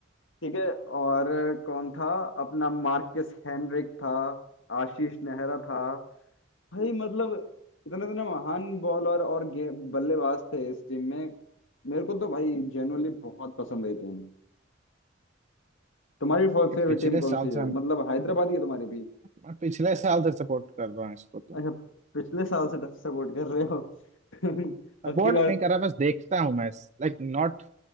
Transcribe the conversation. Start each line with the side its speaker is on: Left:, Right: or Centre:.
Left: ठीक है और कौन था अपना मार्कस हेनरिक था आशीष नेहरा था भाई मतलब इतने इतने महान बॉलर और गे- बल्लेबाज थे इस टीम में मेरे को तो भाई जेनुअनली बहुत पसंद आई टीम तुम्हारी फेवरेट
Right: ये पिछले
Left: टीम कौन
Right: साल
Left: सी
Right: से
Left: है
Right: हम
Left: मतलब हैदराबाद ही है तुम्हारी भी
Right: मैं पिछले साल से सपोर्ट कर रहा हूँ इसको तो
Left: अच्छा पिछले साल से सपोर्ट कर रहे हो <laughs>
Right: सपोर्ट
Left: अब की बार
Right: नहीं कर रहा बस देखता हूँ मैच लाइक नॉट